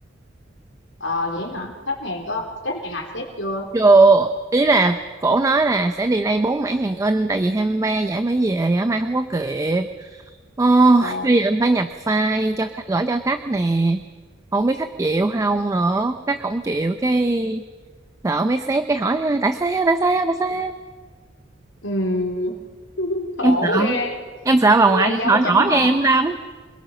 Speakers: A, on the left; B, on the right.
A: ờ vậy hả khách hàng có khách hàng accept chưa
B: Rồi, ý là cổ nói là sẽ delay bốn mẻ hàng in tại vì 23 giải mới về á mai không có kịp. Ôi,
A: ờ
B: bây giờ em phải nhập file cho khách- gửi cho khách nè. Không biết khách chịu không nữa, khách không chịu cái sợ mấy sếp cái hỏi tại sao, tại sao, tại sao.
A: ừm, <laughs> khổ
B: Em sợ,
A: ghê
B: em sợ bà
A: giống
B: ngoại
A: làm
B: điện
A: dâu
B: thoại
A: chăm
B: hỏi
A: họ
B: em lắm.